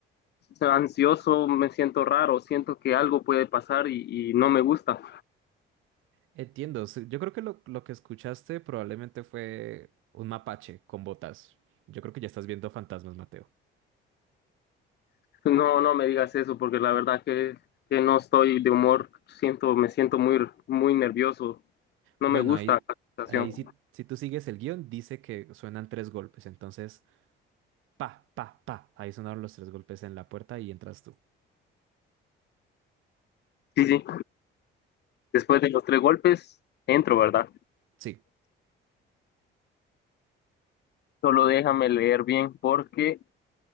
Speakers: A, on the left (about 55°); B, on the right (about 80°).
A: ansioso, me siento raro, siento que algo puede pasar y, y no me gusta.
B: Entiendo, sí, yo creo que lo, lo que escuchaste probablemente fue un mapache con botas. Yo creo que ya estás viendo fantasmas, Mateo.
A: No, no me digas eso porque la verdad que, que no estoy de humor, siento, me siento muy, muy nervioso, no
B: Bueno,
A: me gusta
B: ahí,
A: la
B: ahí
A: situación.
B: si, si tú sigues el guión, dice que suenan tres golpes, entonces, pa, pa, pa, ahí sonaron los tres golpes en la puerta y entras tú.
A: Sí, sí, después de los tres golpes entro, ¿verdad?
B: Sí.
A: Solo déjame leer bien porque